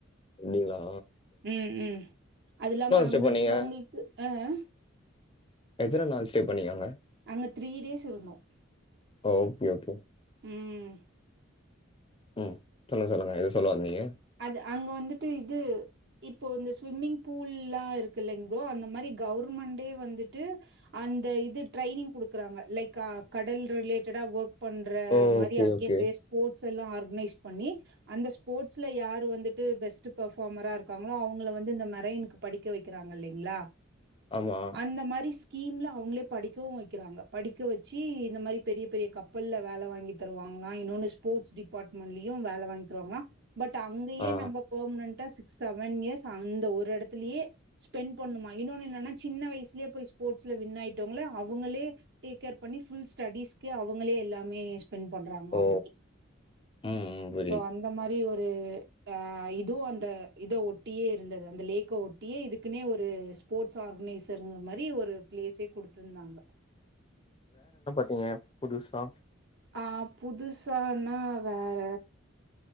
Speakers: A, on the left; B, on the right.
A: அப்டிங்ளா
B: ம் ம் அது இல்லாம அங்கக்குறவங்களுக்கு
A: ஸ்டே பண்ணீங்க
B: அ அ
A: எத்தன நாள் ஸ்டே பண்ணிங்க அங்க
B: அங்க த்ரீ டேஸ்ருந்தோ
A: ஓகே ஓகே
B: ம்
A: ம் சொல்லுங்க சொல்லுங்க எதோ சொல்ல வந்தீங்க
B: அது அங்க வந்துட்டு இது இப்போ இந்த ஸ்விம்மிங் பூல்லா இருக்குல்லைங் அந்த மாரி கவுர்மண்டே வந்துட்டு அந் இந்த இது ட்ரைனிங் குடுக்குறாங்க லைக்க கடல் ரிலேட்டடா ஒக் பண்ற
A: ஓ!
B: மாரி
A: ஓகே
B: அங்கே
A: ஓகே
B: நெறைய ஸ்போர்ட்ஸ்ல்லா ஆர்கனைஸ் பண்ணி அந்த ஸ்போர்ட் ஸ்ல யாரு வந்துட்டு பெஸ்ட் பர்ஃபாமராருக்காங்ளோ அவுங்கள வந்து இந்த மெரைனுக்கு படிக்க வெக்கிறாங்க இல்லைங்ளா
A: ஆமா
B: அந்த மாரி ஸ் கீம்ல்ல அவுங்களே படிக்கவு வெக்கிறாங்க படிக்க வெச்சி இந்த மாரி பெரிய பெரிய கப்பல்ல வேல வாங்கி தருவாங் ங்ளா இன்னொனு ஸ்போர்டஸ் டிபார்ட்மெண்ட்லயு வேல வாங்கி தருவாங்களா பட் அங்கயே
A: ஆ
B: நம்ப பெர்ம்னென்டா சிக் ஸ் செவன் இயர்ஸ் அந்த ஒரு எடத்துலயே ஸ்பெண்ட் பண்ணுமா இன்னொனு என்னனா சின்ன வயசுலேயே போய் ஸ்போர்ட்ஸ் ல வின் ஆயிட்டோங்கள அவுங்களே டேக் கேர் பண்ணி ஃபுல் ஸ்டடீஸ்க்கே அவுங்களே எல்லாமே வின் பண்றாங்ளா
A: ஓ
B: அந்த மாரி
A: ம் ம் புரியுது
B: சோ அந்த மாரி ஒர்க் ஒரு அ இதுவு அந்த இத ஒட்டியே இருந்தது அந்த லேக்க ஒட்டியே இதுக்குனே ஒரு ஸ்போர்ட்ஸ் ஆர்கனைசர்ங்ற மாரி ஒரு பிளேஸே குடுத்துர்ந்தாங்க
A: ஏங்க புதுசா
B: ஆ புதுசானா வேற